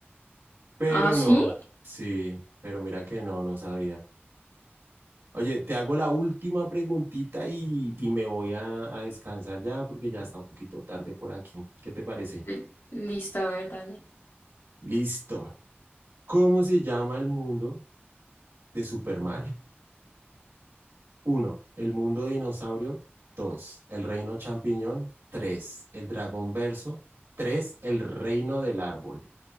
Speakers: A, on the right; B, on the left.
A: pero
B: ¿Ah, sí?
A: no, sí, pero mira que no, no sabía. Oye, te hago la última preguntita y, y me voy a, a descansar ya porque ya está un poquito tarde por aquí. ¿Qué te parece?
B: L- Listo, a ver, dale.
A: Listo. ¿Cómo se llama el mundo de Super Mario? Uno, El mundo dinosaurio. 2, El reino champiñón. 3, El dragón verso. 3, El reino del árbol.